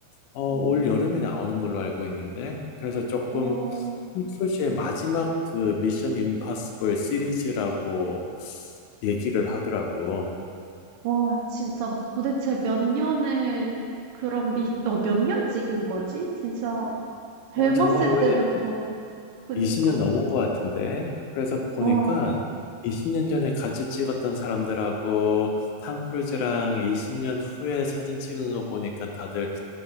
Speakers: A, on the left (about 80°); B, on the right (about 75°).
A: 어, 올
B: 음,
A: 여름에 나오는 걸로 알고 있는데, 그래서 조금
B: 어,
A: 풀 크루즈의 마지막 그 미션 임파서블 시리즈라고 얘기를 하더라고.
B: 와, 진짜 도대체 몇 년을, 그럼 미, 너 몇 년 찍은 거지? 진짜 젊었을
A: 어, 정말 오래됐지.
B: 때부터. 그니까.
A: 20년 넘은 것 같은데. 그래서 보니까
B: 와,
A: 20년 전에 같이 찍었던 사람들하고 탐 크루즈랑 20년 후에 사진 찍은 거 보니까 다들